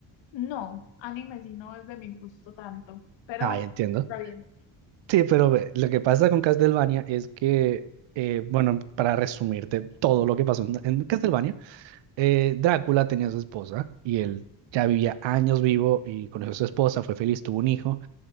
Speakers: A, on the left; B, on the right.
A: No, anime sí no es de mi gusto tanto, pero
B: Ah, entiendo.
A: está bien.
B: Sí, pero ve, lo que pasa con Castlevania es que, eh, bueno, para resumirte todo lo que pasó en, en Castlevania, eh, Drácula tenía a su esposa y él ya vivía años vivo y conoció a su esposa, fue feliz, tuvo un hijo.